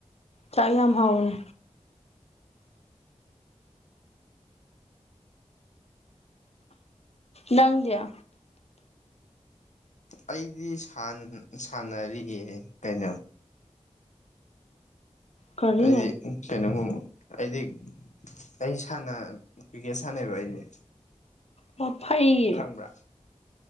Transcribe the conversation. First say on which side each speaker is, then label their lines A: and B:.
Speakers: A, on the left (about 60°); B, on the left (about 75°).
A: ꯆꯥꯛ ꯌꯥꯝ ꯍꯥꯎꯅꯦ ꯅꯪꯗꯌꯥ
B: ꯑꯩꯗꯤ ꯁꯥꯟꯅꯔꯤꯌꯦ ꯀꯩꯅꯣ
A: ꯀꯔꯤ
B: ꯑꯩꯗꯤ ꯀꯩꯅꯣꯒꯨꯝꯕ ꯑꯩꯗꯤ ꯑꯩ ꯁꯥꯟꯅ ꯀ꯭ꯔꯤꯛꯀꯦꯠ ꯁꯥꯟꯅꯩꯕ ꯑꯩꯁꯦ
A: ꯃꯐꯩ
B: ꯈꯪꯕ꯭ꯔꯥ